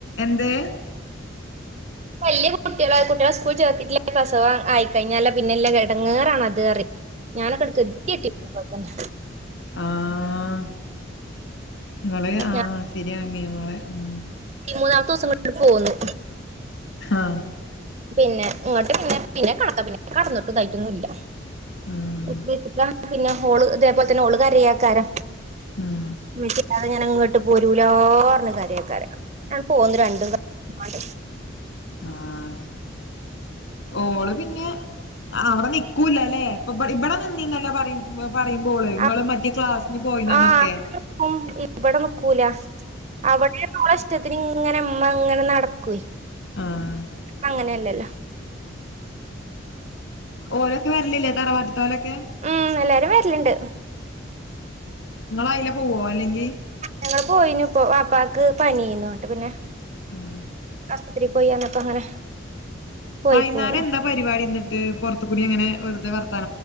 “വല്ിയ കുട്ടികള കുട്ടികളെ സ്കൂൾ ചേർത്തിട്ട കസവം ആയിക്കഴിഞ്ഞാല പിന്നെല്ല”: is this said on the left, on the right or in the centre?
Right